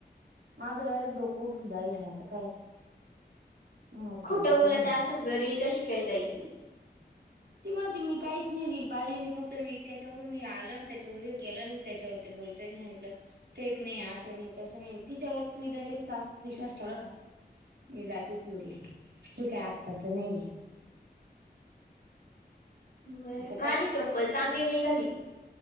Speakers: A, on the right; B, on the left.
A: माझं डायरेक्ट डोकं उठून जाईल नाही आता काय मरू दे
B: खोटं
A: आता
B: बोलत
A: काय मरू
B: असल घरील कशी काय जाईल
A: ती म्हणती मी काहीच नाही रील पाहिली नाही फक्त मी त्याच्यावरून हे आलं त्याच्यावर हे केलं त्याच्यावर ते बोल री सांगितलं फेक नाही असं नाही तसं नाही तिच्यावर मी तर असच विश्वास ठेवला का मी जातेच लुटले हे काय आत्ताचं नाहीये.
B: बर
A: आता
B: माझी चप्पल चांगली निघाली.